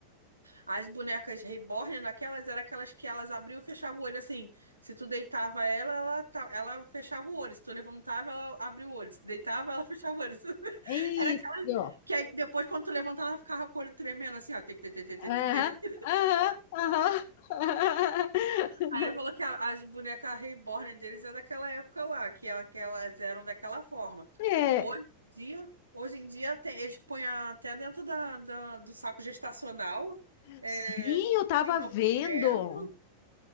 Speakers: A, on the right; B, on the left.
A: as bonecas reborn, naquelas, eram aquelas que elas abriam e fechavam o olho, assim. Se tu deitava ela, ela, ta- ela fechava o olho. Se tu levantava, ela abria o olho. Se deitava, ela <laughs> fechava o olho. <laughs>
B: Isso.
A: Era aquelas que aí depois, quando tu levantava, ela ficava com o olho tremendo, assim, ó. Tic, tic, tic, tic,
B: Aham,
A: tic, tic.
B: aham, aham. <laughs>
A: Aí ele falou que a- as bonecas reborn deles é daquela época lá, que ela- que elas eram daquela forma.
B: É,
A: Hoje em dia, hoje em dia tem- eles põem até dentro da, da- do saco gestacional, é,
B: sim, eu tava
A: tem documento.
B: vendo.